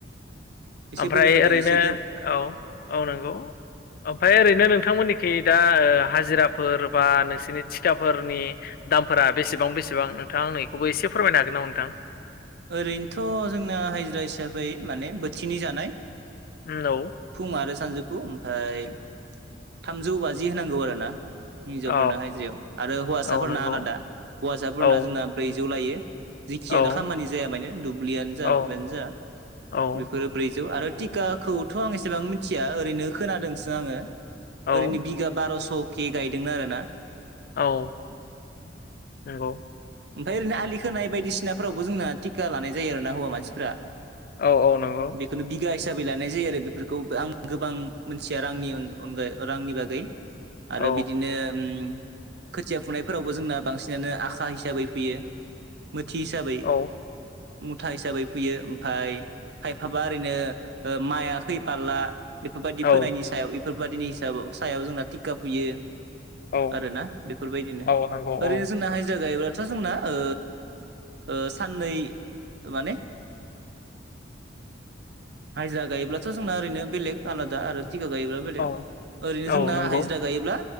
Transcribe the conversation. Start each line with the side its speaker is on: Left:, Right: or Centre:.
Right: एसे
Left: ओमफ्राय
Right: बोलो होदों
Left: ओरैनो
Right: एसे गो
Left: औ औ नंगौ। ओमफ्राय ओरैनो नोंथांमोननिखि दा हाजिराफोर बा नोंसोरनि थिखााफोरनि दामफोरा बेसेबां बेसेबां नोंथां आं नैखौबो एसे फोरमायनो हागोन नामा नोंथां।
Right: ओरैनोथ' जोंना हाजिरा हिसाबै माने बोथिनै जानाय
Left: उम औ
Right: फुं आरो सानजौफु ओमफाय थामजौ बाजि होनांगौ आरो ना। हिन्जावफोरनो
Left: औ
Right: हायजिरायाव आरो हौवासाफोरना
Left: औ नंगौ
Right: आलादा हौवासाफोरना
Left: औ
Right: जोंना ब्रैजौ लायो। जिखियानो
Left: औ
Right: खामानि जाया मान दुब्लियानो जा
Left: औ
Right: माबायानो जा
Left: औ
Right: बेफोर बे ब्रैजौ आरो टिकाखौथ' आं एसेबां मिथिया ओरैनो खोनादोंसो आङो
Left: औ
Right: ओरैनो बिगा बार'स' केे गायदों आरोना।
Left: औ नंगौ।
Right: ओमफ्राय ओरैनो आलि खोनाय बायदिसिनाफोरावबो जोंना टिका लानाय जायो आर ना हौवा मानसिफ्रा।
Left: औ औ नोंगौ।
Right: बेखौनो बिगा हिसाबै लानाय जायो आरो बेफोरखौ आं गोबां मोनथिया रांनि अनगायै रांनि बागै‌ आरो
Left: औ
Right: बिदिनो ओम खोथिया फुनायफोरावबो जोंना बांसिनानो आखा हिसाबै फैयो मोथि हिसाबै
Left: औ
Right: मुथा हिसाबै फैयो ओमफाय खायफाबा ओरैनो ओ माइाखै फालला बेफोरबायदि फोनायनि
Left: औ
Right: सायाव बेफोरबायादिनि हिसाब सायाव जोंना टिका फैयो
Left: औ
Right: आरोना बेफोरबायदिनो
Left: औ नंगौ
Right: ओरैनो
Left: औ
Right: जोंना हायजा गायब्ला थ जोंना ओ ओ सानै ओ माने हाजिरा गायोब्लाथ' जोंना ओरैनो बेलेग आलादा आरो टिखा गायोब्लाबो बेलेख
Left: औ
Right: ओैरैनो
Left: औ
Right: जोंना
Left: नंगौ
Right: हिजिरा गायोब्ला